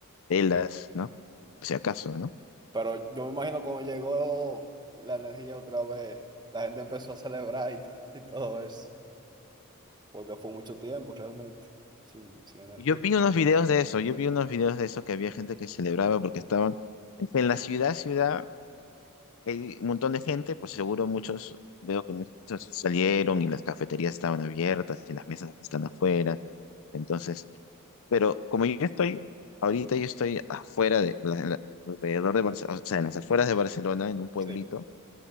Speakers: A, on the left; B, on the right.
A: telas, ¿no? Por si acaso, ¿no?
B: Pero yo me imagino cuando llegó la energía otra vez, la gente empezó a celebrar y, <laughs> to- y todo eso, porque fue mucho tiempo realmente, sin, sin energía.
A: Y Yo vi unos videos de eso, yo vi unos videos de eso que había gente que celebraba porque estaban en la ciudad, ciudad, hay un montón de gente, pues seguro muchos, veo que muchos salieron y las cafeterías estaban abiertas y las mesas están afuera. Entonces, Pero como yo estoy, ahorita yo estoy afuera de, la- la- alrededor de Barcelona, o sea, en las afueras de Barcelona, en un pueblito.
B: Sí.